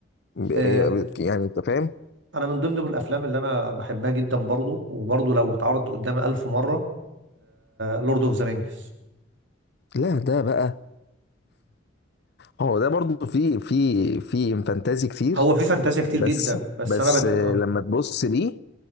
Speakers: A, on the left; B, on the right.
A: ب-
B: آه،
A: يعني يعني انت فاهم
B: انا من ضمن الافلام اللي انا بحبها جدا برضو وبرضو لو اتعرضت قدامي ألف مره لورد اوف ذا رينجز
A: لا ده بقى هو ده برضو في في في فانتازي كتير
B: هو في فانتازيا كتير
A: بس
B: جدا بس
A: بس
B: انا بت...
A: آه،
B: آه،
A: لما تبص ليه